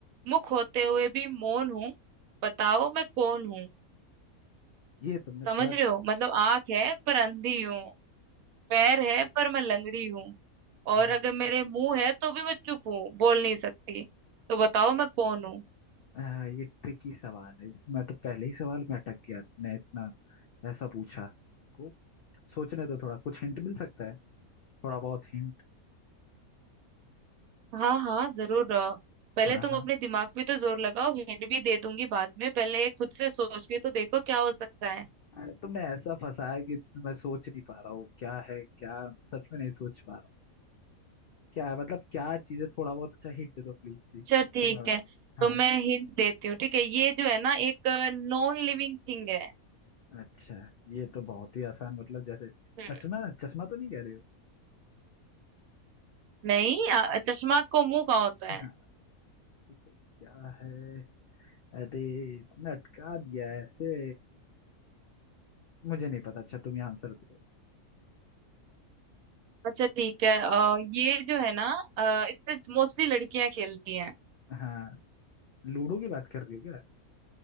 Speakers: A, on the right; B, on the left.
A: मुख होते हुए भी मौन हूँ बताओ मैं कौन हूँ
B: ये तुमने
A: समझ
B: थोड़ा
A: रहे हो मतलब आंख है पर अंधी हूँ पैर है पर मैं लंगड़ी हूँ
B: हाँ
A: और अगर मेरे मुंह है तो भी मैं चुप हूँ बोल नहीं सकती तो बताओ मैं कौन हूँ
B: हाँ ये ट्रिकी सवाल है मैं तो पहले ही सवाल में अटक गया तुमने इतना ऐसा पूछा को सोचने दो थोड़ा कुछ हिंट मिल सकता है थोड़ा बहुत हिंट
A: हाँ हाँ जरूर अ, पहले
B: हाँ
A: तुम
B: हाँ
A: अपने दिमाग पे तो जोर लगाओ हिंट भी दे दूंगी बाद में पहले खुद से सोच के तो देखो क्या हो सकता है
B: अरे तुमने ऐसा फंसाया कि मैं सोच नहीं पा रहा हूँ क्या है क्या सच में नहीं सोच पा रहा हूँ क्या है मतलब क्या चीज़ है थोड़ा बहुत अच्छा हिंट दे दो प्लीज प्लीज
A: चल ठीक
B: फिर मैं बता-
A: है तो
B: हाँ
A: मैं हिंट देती हूँ ठीक है ये जो है ना एक नॉन लिविंग थिंग है
B: अच्छा ये तो बहुत ही आसान मतलब जैसे
A: हम्म।
B: चश्मा चश्मा तो नहीं कह रहे हो
A: नहीं अ, चश्मा को मुंह कहाँ होता
B: हाँ
A: है
B: उसे क्या है अरे तुमने अटका दिया है ऐसे मुझे नहीं पता अच्छा तुम ही आंसर दो
A: अच्छा ठीक है अ, ये जो है ना अ, इससे मोस्टली लड़कियां खेलती हैं
B: हाँ लूडो की बात कर रही हो क्या